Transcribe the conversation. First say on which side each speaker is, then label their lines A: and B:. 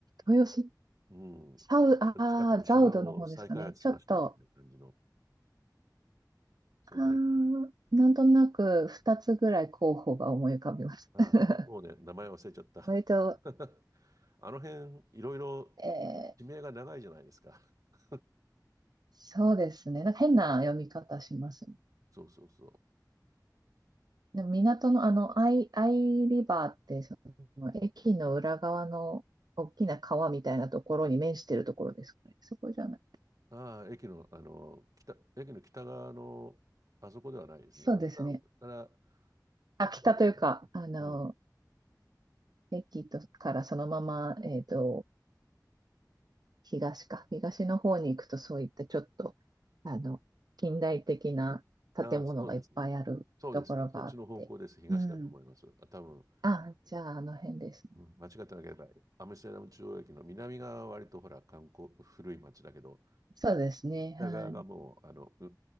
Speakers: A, on the right; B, on the right.
A: 豊洲、
B: う
A: サウ、ああ、
B: ん、近くの島を再開発しましたみたいな感じの、
A: ザウドの方ですかね。ちょっと、
B: そんなイメージに
A: ああ、なんとなく2つぐらい候補が思い浮かびます。
B: ああ、
A: <laughs>
B: もうね、名前忘れちゃった。
A: 割と、
B: <laughs> あの辺、いろいろ
A: えー、
B: 地名が長いじゃないですか。<laughs>
A: そうですね。なんか変な読み方しますね。
B: そうそうそ
A: でも港のあの、アイ、アイリバーって、その駅の裏側の大きな川みたいなところに面してるところですかね。そこじゃない。
B: う。ああ、駅の、あの、北、駅の北側の、あそこではないですね。
A: そうですね。
B: あそこから、
A: あ、北というか、
B: トラブルで。
A: あの、
B: うん
A: 駅とからそのまま、えっと、東か。東の方に行くとそういったちょっと、あの、近代的な建物がいっぱいあるところがあって。
B: ああ、そうですね。そうですね。そっちの方向です。東だと思います。
A: うん。
B: あ、多分、
A: あ、じゃああの辺ですね。
B: うん間違ってなければ、アムステルダム中央駅の南側は割とほら、観光、古い町だけど、
A: そうですね。
B: 北側がもう、
A: はい。
B: あの、う、